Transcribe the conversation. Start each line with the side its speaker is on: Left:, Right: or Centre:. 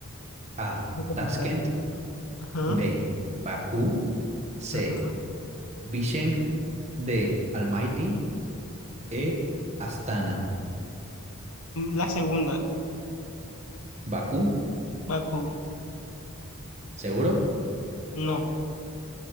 Right: A.
Left: De capital.
Right: Tashkent.
Left: Ajá,
Right: B. Bakú. C.
Left: ajá.
Right: Bishkek. D. Almaty. E. Astana.
Left: La segunda,
Right: Bakú,
Left: Bakú.
Right: ¿seguro?
Left: No,